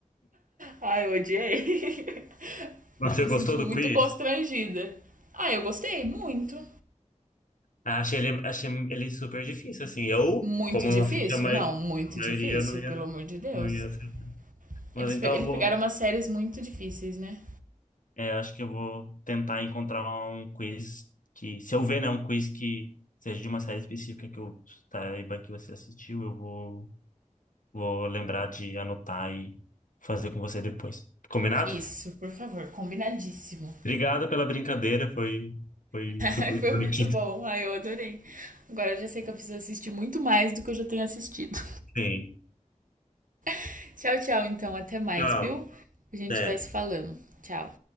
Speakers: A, on the right; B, on the left.
A: Ai, eu odiei. <laughs>
B: Você
A: Me
B: gostou
A: senti
B: do
A: muito
B: quiz?
A: constrangida. Ah, eu gostei, muito.
B: Ah, achei ele, achei ele super difícil, assim. Eu,
A: Muito
B: como
A: difícil?
B: não assisti a, mai-
A: Não,
B: a
A: muito difícil,
B: maioria, não ia,
A: pelo amor de Deus.
B: não ia ser. Mas
A: Eles,
B: então
A: pe- eles
B: eu vou...
A: pegaram umas séries muito difíceis, né?
B: É, acho que eu vou tentar encontrar um quiz que... Se eu ver, né, um quiz que seja de uma série específica que eu saiba que você assistiu, eu vou... Vou lembrar de anotar e fazer com você depois. Combinado?
A: Isso, por favor, combinadíssimo.
B: Obrigado pela brincadeira, foi, foi super
A: Ai, foi
B: divertido.
A: muito bom. Ai, eu adorei. Agora eu já sei que eu preciso assistir muito mais do que eu já tenho assistido.
B: Sim.
A: <laughs> Tchau, tchau, então. Até mais,
B: Tchau.
A: viu? A gente
B: Até.
A: vai se falando. Tchau.